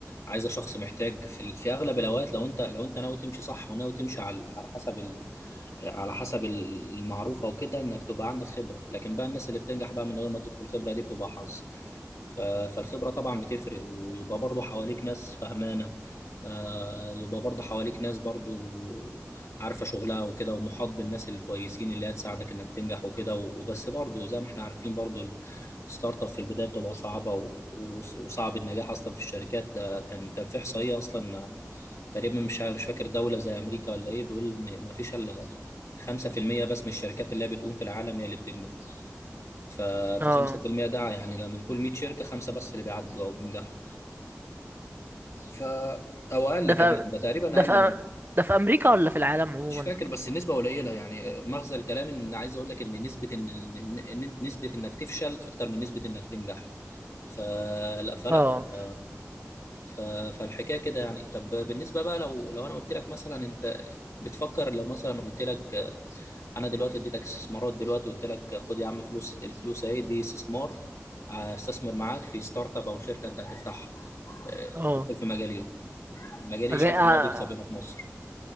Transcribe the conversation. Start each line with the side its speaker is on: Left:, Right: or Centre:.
Left: عايزه شخص محتاج في, ال- في اغلب الاوقات لو انت لو انت ناوي تمشي صح وناوي تمشي على على حسب على حسب المعروفة وكده انك تبقى عندك خبرة لكن بقى الناس اللي بتنجح بقى من غير ما تدخل خبرة دي بتبقى حظ ف- فالخبرة طبعا بتفرق ويبقى برضو حواليك ناس فهمانة آه، يبقى برضو حواليك ناس برضو عارفة شغلها وكده ومحاط بالناس الكويسين اللي هتساعدك انك تنجح وكده و- وبس برضو زي ما احنا عارفين برضو الستارت اب في البداية بتبقى صعبة و- وص- وصعب النجاح اصلا في الشركات ده كان كان في احصائية اصلا تقريبا مش مش فاكر دولة زي امريكا ولا ايه بيقول ان مفيش الا 5% بس من الشركات اللي هي بتقوم في العالم هي اللي بتنجح ف
Right: اه
Left: ف 5% ده يعني لا من كل 100 شركه خمسه بس اللي بيعدوا او بينجحوا ف او اقل
Right: ده
Left: كمان
Right: في
Left: ده تقريبا
Right: ده
Left: اقل
Right: في
Left: من
Right: ده في امريكا ولا في العالم عموما
Left: مش فاكر بس النسبه قليله يعني مغزى الكلام ان عايز اقول لك ان نسبه ان إن- إن نسبه انك تفشل اكتر من نسبه انك تنجح فلا فلا
Right: اه
Left: ف... ف... فالحكايه كده يعني طب بالنسبه بقى لو لو انا قلت لك مثلا انت بتفكر لو مثلا قلت لك انا دلوقتي اديتك استثمارات دلوقتي قلت لك خد يا عم فلوس الفلوس اهي دي استثمار استثمر معاك في ستارت اب او شركه انت هتفتحها آه،
Right: اه
Left: تدخل في مجال ايه مجال ايه
Right: أجي...
Left: شايف
Right: آه،
Left: ان هو بيكسب هنا في مصر